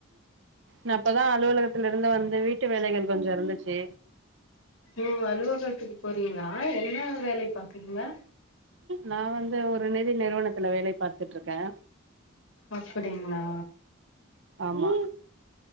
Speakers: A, on the right; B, on the left.
A: நா இப்பதா அலுவலகத்துல இருந்து வந்து வீட்டு வேலைகள் கொஞ்சோ இருந்துச்சு
B: ம் அலுவகலத்துக்கு போறீங்ளா என்ன வேலை பாக்குறீங்க
A: நா வந்து ஒரு நிதி நிறுவனத்துல வேலை பாத்துட்டு இருக்கே
B: அப்படிங்ளா
A: ஆமா